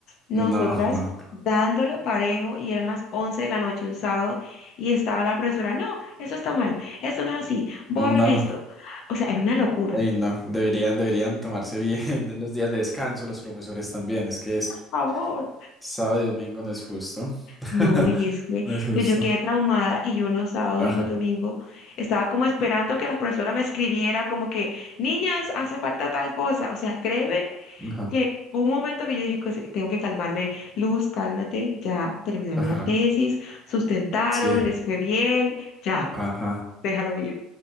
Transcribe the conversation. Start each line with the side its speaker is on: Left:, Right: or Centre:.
Left: nosotras
Centre: no, no,
Left: dándole parejo y eran las 11 de la noche un sábado y estaba la profesora, no, eso está mal, eso no es así, borren
Centre: no.
Left: esto. O sea, era una locura.
Centre: Ay, no, deberían, deberían tomarse bien <laughs> los días de descanso, los profesores también. Es que es
Left: Por favor.
Centre: sábado y domingo, no es justo. <laughs>
Left: No, y es que
Centre: No es justo.
Left: yo, yo quedé traumada y yo los sábados
Centre: Ajá,
Left: y los domingos estaba como esperando que la profesora me escribiera como que, niñas, hace falta tal cosa. O sea, créeme
Centre: ajá,
Left: que hubo un momento que yo dije, "Pues, eh, tengo que calmarme, Luz, cálmate, ya terminaron
Centre: ajá,
Left: la tesis, sustentaron,
Centre: sí,
Left: les fue bien, ya,
Centre: ajá,
Left: déjalo ir.